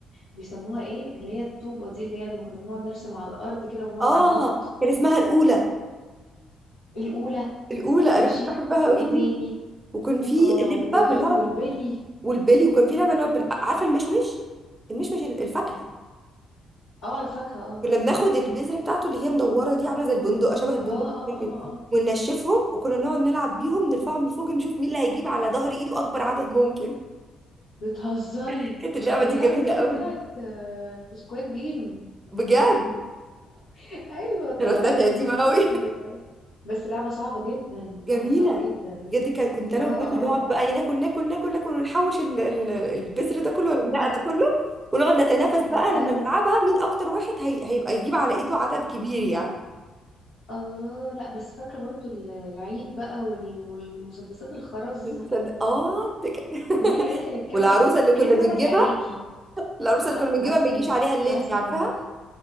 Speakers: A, on the left (about 80°); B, on the right (about 20°).
A: بيسموها ايه اللي هي الطوبه دي اللي هي لما كنا بنقعد نرسم على الارض كده ونقعد
B: اه
A: ننط
B: كان اسمها الاولى
A: الاولى
B: الاولى
A: ماشي
B: انا كنت بحبها قوي
A: وايه
B: دي
A: تاني
B: وكان في
A: اه
B: لعبه
A: و-
B: بنقعد
A: والبلي
B: والبلي وكان في لعبه بنقعد بال- عارفه المشمش المشمش ال- الفاكهه
A: اه الفاكهه اه
B: كنا بناخد البذره بتاعته اللي هي مدوره دي عامله زي البندق شبه البندق
A: اه اه
B: كده
A: اه اه
B: وننشفهم وكنا نقعد نلعب بيهم نرفعهم لفوق نشوف مين اللي هيجيب على ظهر ايده اكبر عدد ممكن
A: بتهزري
B: <laughs> كانت اللعبه
A: دي
B: دي
A: اللعبه
B: جميله
A: دي اللي
B: قوي
A: طلعت آه، في سكواد جيم
B: بجد
A: <laughs> ايوه
B: انا
A: طلعت
B: طلعت قديمه
A: والله
B: قوي
A: بس لعبه صعبه جدا لعبه
B: جميله
A: صعبه جدا
B: بجد كان- كنت
A: اه
B: انا واخواتي
A: اه
B: نقعد بقى ايه ناكل ناكل ناكل ناكل ونحوش ال- ال- البذر ده كله والرقه ده كله ونقعد نتنافس بقى
A: ايوه
B: لما نلعبها مين اكتر واحد هي... هيبقى يجيب على ايده عدد كبير يعني
A: الله لا بس فاكرة برضو ال- العيد بقى وال- والمسدسات الخرز
B: المسدس اه ده كان- <laughs>
A: قوليلي دخلت كام
B: والعروسه
A: مرة
B: اللي كنا
A: كام
B: بنجيبها
A: مرة في عينيكي
B: العروسه اللي
A: اه
B: كنا بنجيبها
A: مثلا
B: ما يجيش عليها الليل
A: مثلا
B: دي عارفاها